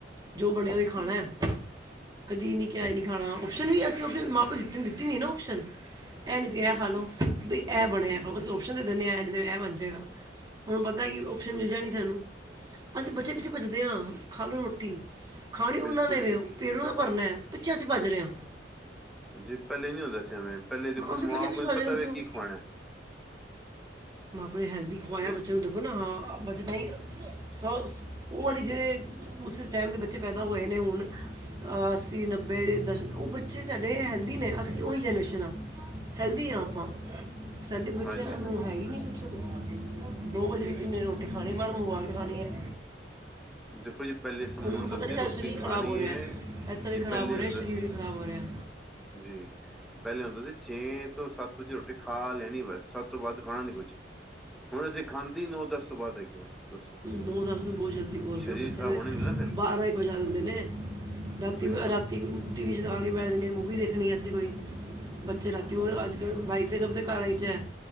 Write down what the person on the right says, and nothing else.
ਜੋ ਬਣਿਐ ਉਹੀ ਖਾਣਾ।
ਕਦੀ ਨੀ ਕਿਹਾ ਇਹ ਨੀ ਖਾਣਾ ਓਪਸ਼ਨ ਵੀ ਅਸੀਂ ਅਸੀ ਆਪਸ਼ਨ ਮਾਂ ਪਿਓ ਨੇ ਦਿੱਤੀ ਦਿਤੀ ਨੀਂ ਨਾਂ ਆਪਸ਼ਨ। ਐਹ ਨੀ ਤੇ ਐਹ
ਖਾਲੋ ਬਈ ਐ ਬਣਿਐ ਅਸੀਂ ਓਪਸ਼ਨ ਦੇ ਦਿੰਨੇਂ ਐਂਹ ਨੀਂ ਤੇ ਐਹ ਬਣ ਜਾਏਗਾ। ਹੁਣ ਪਤਾ ਕੀ ਓਪਸ਼ਨ ਮਿਲ ਜਾਣੀ ਸਾਨੂੰ ਅਸੀਂ ਬੱਚੇ ਪਿੱਛੇ ਭੱਜਦੇ ਆਂ ਖਾਲੋ ਰੋਟੀ। ਖਾਣੀ ਉਹਨਾਂ
ਨੇਵੇ
ਪੇਟ ਉਹਨਾਂ ਦਾ ਭਰਨੈ ਪਿੱਛੇ ਅਸੀਂ ਭੱਜ ਰਹੇ ਆਂ।
ਹਾਂ
ਅਸੀਂ
ਬੱਚੇ ਪਿੱਛੇ
ਭੱਜ
ਰਹੇ ਹਾਂ, ਦੱਸੋ
ਮਾਂ ਪਿੳ ਨੇਂ ਹੈਲਦੀ ਖਵਾਇਆ ਬੱਚੇ
ਨੂੰ ਦੇਖੋ ਨਾ ਹਾਂ ਆ। ਬੱਚੇ ਤਾਈਂ ਸ ਉਹ ਵਰੀ ਜਿਹੜੇ ਉਸ ਟਾਈਮ ਦੇ ਬੱਚੇ ਪੈਦਾ ਹੋਏ ਨੇ ਹੁਣ ਅੱਸੀ ਨੱਬੇ ਦਸ਼ਕ ਉਹ ਬੱਚੇ ਸਾਡੇ ਹੈਲਦੀ ਨੇ ਅਸੀਂ ਉਹੀ ਜਨਰੇਸ਼ਨ ਆ। ਹੈਲਦੀ ਹਾਂ ਆਪਾਂ, ਸਾਡੇ ਬੱਚਿਆਂ
ਨੂੰ,
ਹੈ ਹੀ ਨਹੀਂੀ ਕੁੱਛ ਦੋ ਵਜੇ ਵੀ, ਜਿਨੇ ਖਾਣੀ ਨੇ ਰੋਟੀ ਖਾਣੀ ਬਾਹਰੋਂ ਮੰਗਵਾ ਕੇ, ਖਾਣੀ ਹੈ
ਉਹਨਾਂ
ਨੂੰ ਪਤਾ
ਨਹੀਂ ਸਾਡਾ
ਸਰੀਰ
ਖਰਾਬ ਹੋ ਰਿਹਾ ਐਸਾ ਵੀ
ਖਰਾਬ
ਹੋ ਰਿਹਾ
ਸਰੀਰ
ਵੀ ਖਰਾਬ ਹੋ ਰਿਹਾ
ਨੌ ਦਸ ਬਹੁਤ ਜਲਦੀ ਬੋਲ ਰਹੇ
ਹੋ, ਬੱਚੇ
ਬਾਰਾਂ ਇੱਕ ਵਜਾ ਦਿੰਦੇ ਨੇ ਰਾਤੀ-ਰਾਤੀ
ਟੀ ਵੀ ਚਲਾ ਕੇ ਬੈਠ ਜਾਂਦੇ ਨੇ, ਮੂਵੀ ਦੇਖਣੀ ਅਸੀਂ ਕੋਈ ਬੱਚੇ ਰਾਤੀ
ਹੋਰ ਅੱਜ ਕੱਲ ਵਾਈ। ਫਿਰ, ਸਭ ਦੇ ਘਰਾਂ 'ਚ ਹੈ